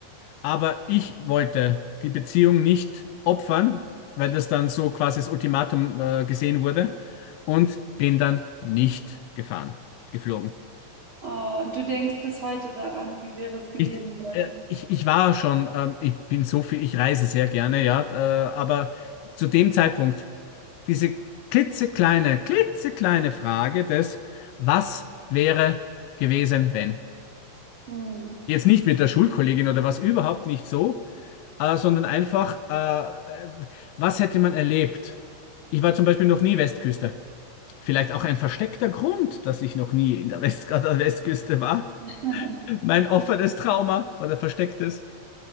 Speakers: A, on the left; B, on the right.
A: Aber ich wollte die Beziehung nicht opfern, weil das dann so quasi das Ultimatum äh, gesehen wurde und bin dann nicht gefahren, geflogen.
B: Oh, und du denkst bis heute daran, wie wäre es gewesen,
A: Ich,
B: wenn?
A: äh, ich, ich war schon, ähm, ich bin so viel, ich reise sehr gerne, ja, äh, aber zu dem Zeitpunkt diese klitzekleine, klitzekleine Frage des, was wäre gewesen, wenn?
B: Hm.
A: Jetzt nicht mit der Schulkollegin oder was überhaupt nicht so, äh, sondern einfach, äh, äh, was hätte man erlebt? Ich war zum Beispiel noch nie Westküste. Vielleicht auch ein versteckter Grund, dass ich noch nie in der West an der Westküste war.
B: <laughs>
A: Mein offenes Trauma oder verstecktes.